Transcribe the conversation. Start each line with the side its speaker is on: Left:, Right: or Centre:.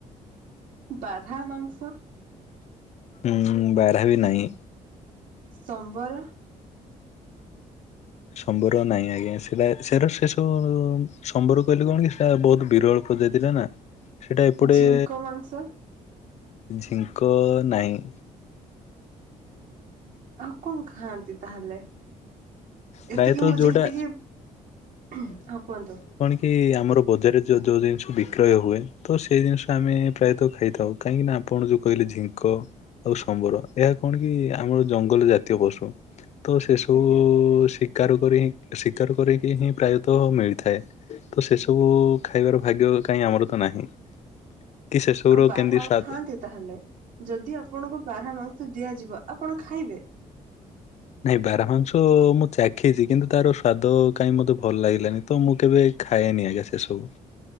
Right: ବାହ୍ରା ମାଂସ।
Left: ଉଁ ହୁଁ ବାହ୍ରା ବି ନାହିଁ।
Right: ସମ୍ବର।
Left: ସମ୍ବର ନାଇଁ ଆଜ୍ଞା ସେଟା ସେ ସେ ସବ ସମ୍ବର କହିଲେ କଣ କି ସେଟା ବହୁତ ବିରଳ <inaudible> ନା ସେଇଟା ଏପଟେ।
Right: ଝିଙ୍କ ମାଂସ
Left: ଝିଙ୍କ ନାହିଁ।
Right: ଆଉ କଣ ଖାଆନ୍ତି ତାହେଲେ। ଏତିକି
Left: ପ୍ରାୟତଃ
Right: ମୁଁ
Left: ଯୋଉଟା
Right: ଯେତିକି ହଁ କୁହନ୍ତୁ।
Left: ଏଇ ଆମର ବଜାରରେ ଯୋଉ ଯୋଉ ଜିନିଷ ବିକ୍ରୟ ହୁଏ। ତ ସେଇ ଜିନିଷ ଆମେ ପ୍ରାୟତଃ ଖାଇଥାଉ କାହିଁକି ନା ଆପଣ ଯୋଉ କହିଲେ ଝିଙ୍କ। ଆଉ ସମ୍ବର ଏହା କଣ କି ଆମର ଜଙ୍ଗଲ ଜାତୀୟ ପଶୁ ତ ସେ ସବୁ
Right: ଆଜ୍ଞା।
Left: ଶିକାର କରିି ଶିକାର କରିକି ହିଁ ପ୍ରାୟତଃ ମିଳିଥାଏ। ଆଉ ସେ ସବୁ ଖାଇବାର ଭାଗ୍ୟ କାହିଁ ଆମର ତ ନାହିଁ। କି ସେ ସବୁର
Right: ଆଉ ବାରହା
Left: କେନ୍ତି ସ୍ୱଦ
Right: ଖାଆନ୍ତି ତାହେଲେ ଯଦି ଆପଣଙ୍କୁ ବାହ୍ରା ମାଂସ ଦିଆଯିବ ଆପଣ ଖାଇବେ।
Left: ନାଇଁ ବାହ୍ରା ମାଂସ ମୁଁ ଚାଖିଛି କିନ୍ତୁ ତାର ସ୍ଵାଦ କାଇହିଁ ମୋତେ ଭଲ ଲାଗିଲାନି ତ ମୁଁ କେବେ। ଖାଏନି ଆଜ୍ଞା ସେ ସବୁ।